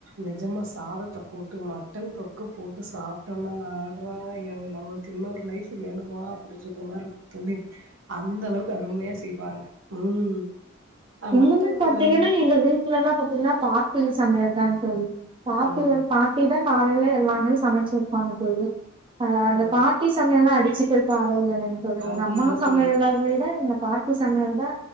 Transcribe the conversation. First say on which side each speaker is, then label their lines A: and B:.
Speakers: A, on the right (about 75°); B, on the right (about 25°).
A: நெஜமா சாதத் போட்டு மட்டன் தொக்கை போட்டு சாப்பிட்டோம்னா ஆடுறா நம்மளுக்கு இன்னொரு நைஃப் வேணமா அப்படின்னு இருக்க மாதிரி இருக்கும் தோழி அந்த அளவுக்கு அருமையா செய்வாங்க ம்
B: இன்னொன்னு
A: மட்டன்ல
B: பார்த்தீங்கன்னா
A: வந்து
B: எங்க வீட்டுல எல்லாம் பாத் சமையல் தா தோழி சாப்பில்ல
A: ம்
B: பாட்டி தா காலையில எல்லாமே சமைச்சுருப்பாங்க தோழி ஆ அந்த
A: ம்,
B: பாட்டி சமயல்லா எல்லா அடி சீக்கிரம் பாருங்களேன் தோழி எங்க
A: அது
B: அம்மா
A: இல்லை
B: சமையலா
A: தோழி
B: விட பாட்டி சமையல்தா